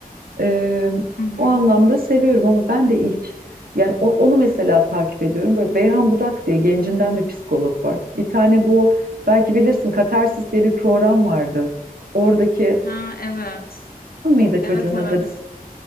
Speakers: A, on the right; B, on the left.
A: E,
B: Hı hı.
A: o anlamda seviyorum ama ben de ilk yani o- onu mesela takip ediyorum. Böyle Beyhan Budak diye gencinden bir psikolog var. Bir tane bu belki bilirsin Katarsis diye bir program vardı. Oradaki
B: Ha, evet.
A: mıydı çocuğun
B: Evet evet.
A: adı?